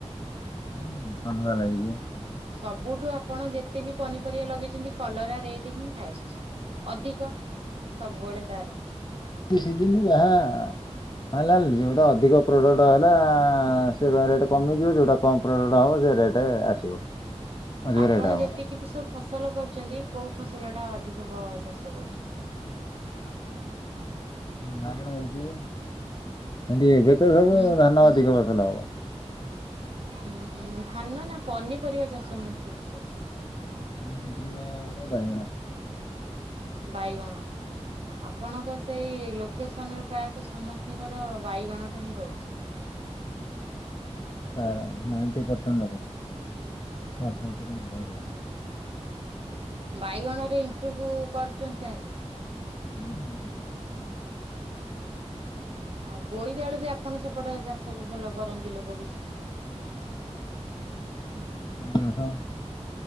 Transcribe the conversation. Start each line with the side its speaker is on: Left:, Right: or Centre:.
Left: ହୁଁ କଲରା ଲାଗିଛି।
Right: ସବୁଠୁ ଆପଣ ଯେତେବି ପନିପରିବା ଲଗେଇଛନ୍ତି କଲରା ରେଟ ହିଁ ହାଇଷ୍ଟ ଅଧିକ। ସବୁବେଳେ ତାର।
Left: ଏଇ ସିଜିନି ଯାହା ଭଲା ଯୋଟା ଅଧିକ ପ୍ରଡକ୍ଟ ହେଲା
Right: ହୁଁ।
Left: ସେ ବା ରେଟ କମିଯିବ ଯୋଉଟା କମପ୍ରଡକ୍ଟ ହବ ସେ ରେଟ୍ ଆସିବ। ଅଧିକ
Right: ଆପଣ
Left: ରେଟ୍ ହବ।
Right: ଯେତିକି ବି ସବୁ ଫସଲ କରିଚନ୍ତି କୋଉ ଫସଲ ଟା ଅଧିକ ବି ଚାଷ କରୁଚନ୍ତି? <inaudible>
Left: ମଣ ହେଇଛି ଏଡି ଏବେ ତ ସବୁ
Right: ଉଁ
Left: ଧାନ ଅଧିକ ଫସଲ ହବ।
Right: ଉୁଁ ହୁଁ ଧାନ ନା ପନିପରିବା ଚାଷ ମୁଁ କହୁଥିଲି ଆପଣ
Left: ଆ ବାଇଗଣ।
Right: ବାଇଗଣ ଆପଣଙ୍କ ସେଇ ଲୋ କେସନରେ ପ୍ରାୟତଃ ସମସ୍ତଙ୍କର ବାଇଗଣଟା ହିଁ ରହୁଚି।
Left: ପ୍ରାୟ ନାଇଣ୍ଟି ପରସେଣ୍ଟ ଲୋକ।
Right: ହୁଁ
Left: ଚାଷ ଉପରେ ନିର୍ଭର କରନ୍ତି।
Right: ବାଇଗଣ ରେ ଇମ୍ପ୍ରୁଭ କରୁଚନ୍ତି ତାହେଲେ।
Left: ହୁଁ
Right: ହଁ ବୋଇଦି ଆଳୁ ବି ଆପଣ ସେପଟେ ଚାଷ ବି ଭଲ କରନ୍ତି ଲୋକ। ବଗିଛି ହୁଁ।
Left: <unintelligible>